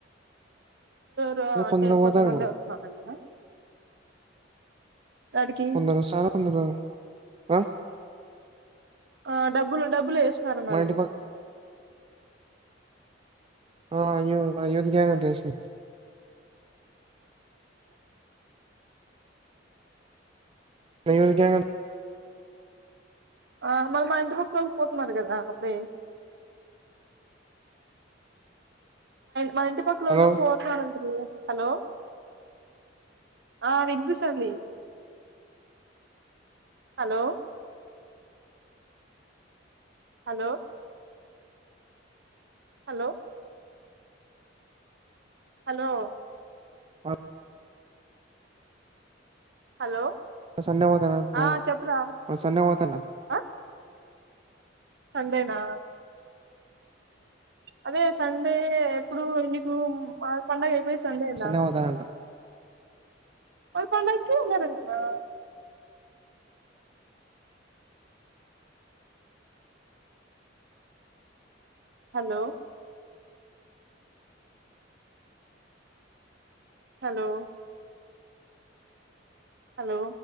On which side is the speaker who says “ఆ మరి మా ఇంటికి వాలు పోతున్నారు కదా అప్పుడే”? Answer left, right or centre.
Right